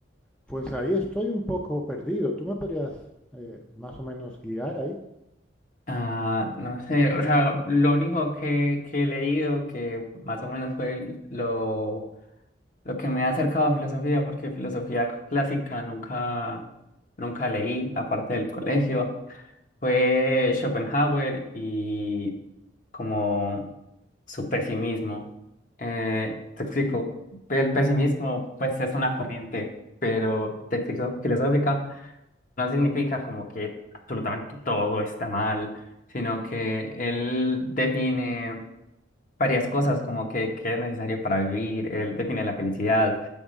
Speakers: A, in the centre; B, on the left.
A: Pues ahí estoy un poco perdido. ¿Tú me podrías eh, más o menos guiar ahí?
B: Ah, no sé, o sea, lo único que, que he leído que más o menos fue lo, lo que me ha acercado a filosofía, porque filosofía clásica nunca, nunca leí, aparte del colegio. Fue Schopenhauer y como su pesimismo. Eh, te explico, el pesimismo pues es una corriente, pero de filo- filosófica no significa como que absolutamente todo está mal, sino que él define varias cosas como que, que es necesario para vivir, él define la felicidad.